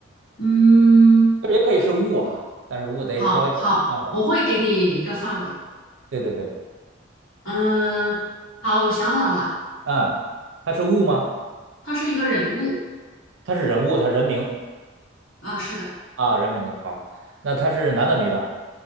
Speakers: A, on the left; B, on the right.
A: 嗯，
B: 就是也可以是物啊，但是物得稍微给一个范围。
A: 好好，我会给你一个范围，
B: 对对对，
A: 嗯，好，我想好了，
B: 嗯，他是物吗？
A: 他是一个人物
B: 他是人物，他人名
A: 啊，是的，
B: 啊，人名的好。那他是男的女的？